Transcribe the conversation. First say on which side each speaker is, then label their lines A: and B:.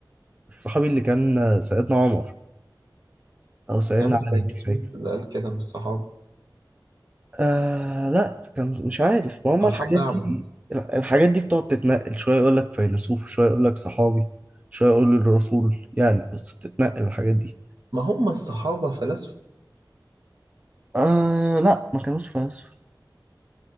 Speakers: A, on the right; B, on the right.
A: الصحابي اللي كان سيدنا عمر او سيدنا
B: يا عم ده
A: علي
B: فيلسوف
A: مش فاكر
B: اللي قال كده من الصحابة
A: آه لا كان مش عارف ما هم
B: لو
A: الحاجات
B: حد أعمى
A: دي الحاجات دي بتقعد تتنقل شويه يقول لك فيلسوف شويه يقول لك صحابي شويه يقول لك الرسول يعني بس بتتنقل الحاجات دي
B: ما هم الصحابة فلاسفة
A: آه لا ما كانوش فلاسفة